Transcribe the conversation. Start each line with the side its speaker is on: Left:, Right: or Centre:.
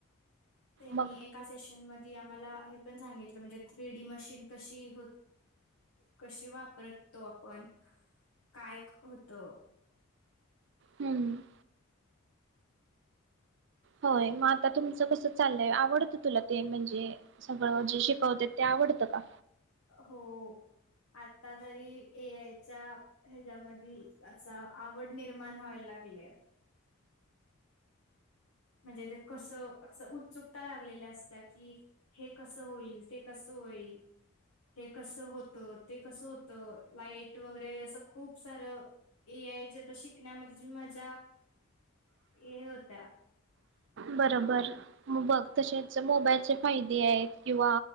Left: त्यांनी
Right: मग
Left: एका सेशन मधी आम्हाला हे पण सांगितलं म्हणजे थ्रीडी मशीन कशी? हो कशी वापरतो? आपण काय होतं?
Right: हम्म होय मग आता तुमचं कसं चाललंय? आवडतं तुला ते म्हणजे सगळं जे शिकवतेत ते आवडतं का?
Left: हो आता तरी ए आयच्या हेच्यामध्ये असा आवड निर्माण व्हायला लागल्या. म्हणजे ते कस असं उत्सुकता लागलेल्या असत्या की हे कसं होईल? ते कसं होईल? हे कसं होतं? ते कसं होतं? लाईट वगैरे असं खूप सारं ए आय जे आता शिकण्यामध्ये मजा हे होत्या.
Right: बरोबर बघ तसेच मोबाईलचे फायदे आहेत. किंवा